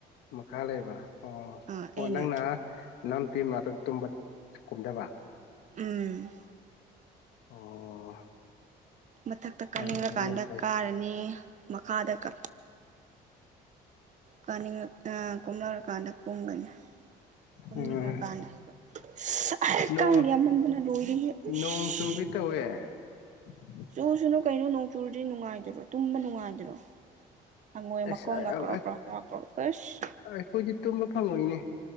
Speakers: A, on the left; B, on the right.
A: ꯃꯈꯥ ꯂꯩꯕ ꯑꯣ
B: ꯑꯥ ꯑꯩꯅ
A: ꯑꯣ ꯅꯪꯅ ꯅꯅꯥꯎꯄꯤꯃꯅꯥꯛꯇ꯫ ꯇꯨꯝꯕ ꯀꯨꯝꯙꯕ꯫
B: ꯎꯝ꯫
A: ꯑꯣ꯫
B: ꯃꯊꯛꯇ ꯀꯥꯅꯤꯡꯂꯀꯥꯟꯗ
A: ꯌꯥꯝ ꯐꯩ ꯌꯥꯝ ꯐꯩ
B: ꯀꯥꯔꯅꯤ ꯃꯈꯥꯗ ꯀꯥ ꯀꯥꯅꯤꯡꯉ ꯑ꯫ <unintelligible> ꯀꯥꯟꯗ ꯀꯨꯝꯒꯅ ꯀꯨꯝꯅꯤꯡꯉꯀꯥꯟꯗ
A: ꯎꯝ
B: ꯍꯥꯏꯕ ꯏꯁ ꯑꯍ
A: ꯅꯣꯡ
B: ꯀꯥꯡ ꯌꯥꯝꯃꯟꯕꯅ ꯂꯣꯏꯔꯦꯍꯦ
A: ꯅꯣꯡ
B: ꯎꯁ꯫
A: ꯆꯨꯒꯦ ꯇꯧꯋꯦ <inaudible>
B: ꯆꯨꯁꯨꯅꯨ ꯀꯩꯅꯣ ꯅꯣꯡ ꯆꯨꯨꯔꯗꯤ ꯅꯨꯡꯉꯥꯏꯗꯔꯣ ꯇꯨꯝꯕ ꯅꯨꯡꯉꯥꯏꯗꯔꯣ꯫ ꯍꯪꯉꯣꯏ
A: ꯑꯁ
B: ꯃꯈꯣꯡꯒ
A: ꯑ
B: ꯀ꯭ꯔꯣꯛ
A: ꯑ ꯑ
B: ꯀ꯭ꯔꯣꯛ ꯀ꯭ꯔꯣꯛ ꯀ꯭ꯔꯣꯛ ꯑꯁ
A: ꯑꯩꯈꯣꯏꯗꯤ ꯇꯨꯝꯕ ꯐꯪꯉꯣꯏꯅꯦ꯫